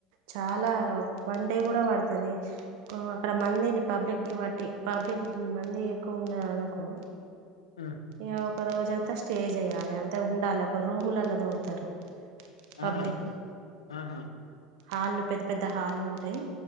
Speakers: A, on the right; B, on the left.
A: చాలా పం డే కూడా పడుతది. అక్కడ మందిని పబ్లిక్ ని బట్టి పబ్లిక్ మంది ఎక్కువ ఉన్నారు అనుకో
B: ఆ
A: ఇగ ఒక రోజ్ జంతా స్టే జేయాలె అంత ఉండాలి ఒక రూములల్లా తోల్తారు. పబ్లిక్,
B: ఆహా ఆహా
A: హాల్ల్ పెద్ద పెద్ద హాళ్ళు ఉ టయి